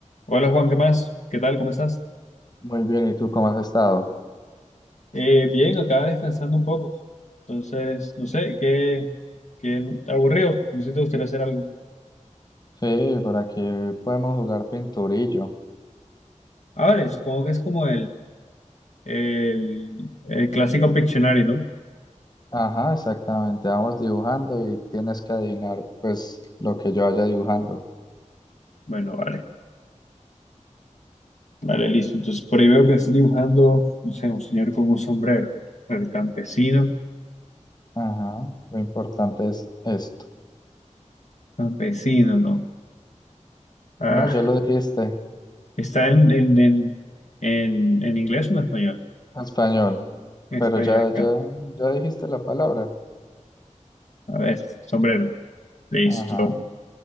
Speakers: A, on the left (about 65°); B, on the left (about 30°).
A: Hola Juan, ¿qué más? ¿Qué tal? ¿Cómo estás?
B: Muy bien, ¿y tú cómo has estado?
A: Eh, bien, acá descansando un poco. Entonces, no sé, qué, qué aburrido. No sé si te gustaría hacer algo.
B: Sí, por aquí podemos jugar pinturillo.
A: Ah, vale, supongo que es como el, el, el clásico Pictionary, ¿no?
B: Ajá, exactamente. Vamos dibujando y tienes que adivinar, pues, lo que yo vaya dibujando.
A: Bueno, vale. Vale, listo. Entonces, por ahí veo que estás dibujando, no sé, un señor con un sombrero. El campesino.
B: Ajá, lo importante es esto.
A: Campesino, no. Ah,
B: No, ya lo dijiste,
A: ¿está en, en, en, en, en inglés o en español?
B: español.
A: En
B: Pero
A: español,
B: ya,
A: claro.
B: ya, ya dijiste la palabra.
A: A ver, sombrero. Listo.
B: Ajá,